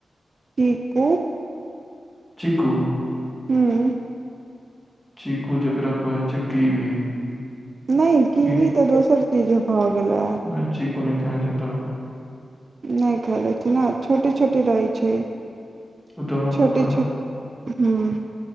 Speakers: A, on the right; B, in the centre.
A: चीकू
B: चीकू
A: हूँ
B: चीकू जकरा कहै छै कीवी
A: नहि कीवी
B: की
A: तऽ दोसर चीज भऽ गेलै
B: नै चीकू नै खेने छियै तब
A: नहि खेने छी ने छोटे छोटे रहै छै
B: ओ तऽ हमरा
A: छोटे
B: पता है
A: छोट हूँ